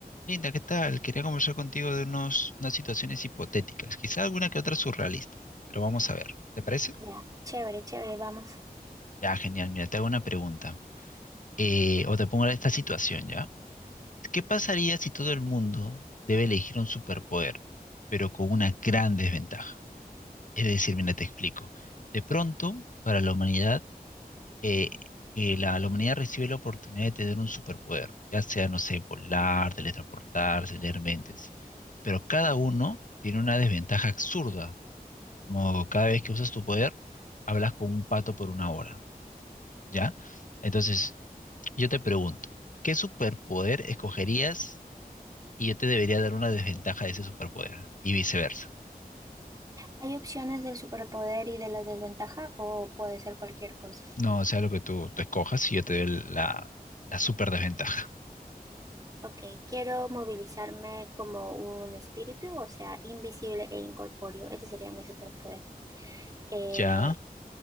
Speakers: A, on the left (about 55°); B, on the right (about 25°).
A: Linda, ¿qué tal? Quería conversar contigo de unos, unas situaciones hipotéticas, quizá alguna que otra surrealista, pero vamos a ver. ¿Te parece?
B: Ya, chévere, chévere, vamos.
A: Ya, genial. Mira, te hago una pregunta. Eh, o te pongo esta situación, ¿ya? ¿Qué pasaría si todo el mundo debe elegir un superpoder, pero con una gran desventaja? Es decir, mira, te explico. De pronto, para la humanidad, eh, eh, la, la humanidad recibe la oportunidad de tener un superpoder, ya sea, no sé, volar, teletransportarse, leer mentes, pero cada uno tiene una desventaja absurda, como cada vez que usas tu poder, hablas con un pato por una hora, ¿ya? Entonces, yo te pregunto, ¿qué superpoder escogerías y yo te debería dar una desventaja de ese superpoder? Y viceversa.
B: ¿Hay opciones del superpoder y de la desventaja o puede ser cualquier cosa?
A: No, o sea, lo que tú, tú escojas y yo te doy la, la super desventaja.
B: Ok, quiero movilizarme como un espíritu, o sea, invisible e incorpóreo. Ese sería mi superpoder. Eh,
A: Ya,